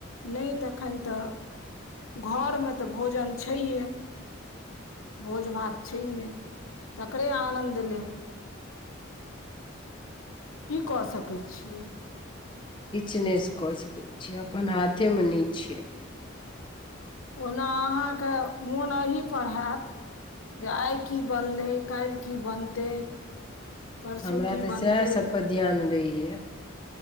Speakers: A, on the left; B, on the left.
A: नै तखन तऽ घरमे तऽ भोजन छैहे भोज भात छैहे तकरे आनन्द लेब। की कऽ सकै छियै।
B: किछ नै कऽ सकै छियै अपन हाथेमे नै छैय।
A: ओना अहाँके मोन अही पर हैत। जे आइ की बनलै काइल की बनतै। परसू
B: हमरा
A: की
B: तऽ
A: बनतै।
B: सएह सब पर ध्यान रहैया